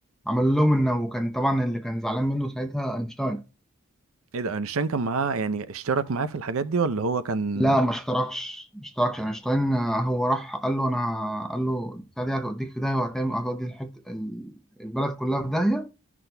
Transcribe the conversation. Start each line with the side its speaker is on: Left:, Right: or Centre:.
Centre: عملوا لهم انه وكان طبعا اللي كان زعلان منه ساعتها اينشتاين
Right: ايه ده اينشتاين كان معاه يعني اشترك معاه في الحاجات دي ولا هو كان
Centre: لا ما اشتركش ما اشتركش اينشتاين آه، هو راح قال له انا قال له البتاع دي هتوديك في داهيه وهتعمل هتودي الحته ال- البلد كلها في داهيه